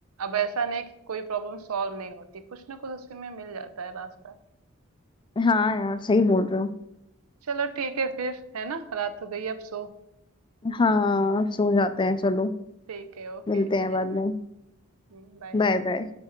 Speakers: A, on the right; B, on the left.
A: अब ऐसा नहीं कि कोई प्रॉब्लम सॉल्व नहीं होती कुछ ना कुछ उसी में मिल जाता है रास्ता
B: हाँ यार सही बोल रहे हो
A: चलो ठीक है फिर है ना रात हो गई अब सो
B: हाँ सो जाते हैं चलो
A: ठीक है ओके
B: मिलते
A: बाय
B: हैं बाद में
A: बाय
B: Bye bye